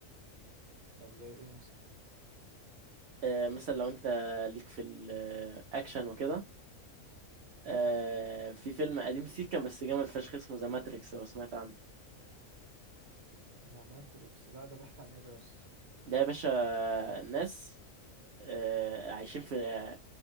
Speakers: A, on the right; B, on the right.
A: طب زي إيه مثلا
B: آه مثلا لو انت ليك في الاكشن وكده
A: مم.
B: آه في فيلم قديم سيكا بس جامد فشخ اسمه ذا ماتريكس لو سمعت عنه
A: ذا ماتريكس لا ده بيحكي عن ايه ده يا اسطى
B: ده يا باشا ناس آه عايشين في آه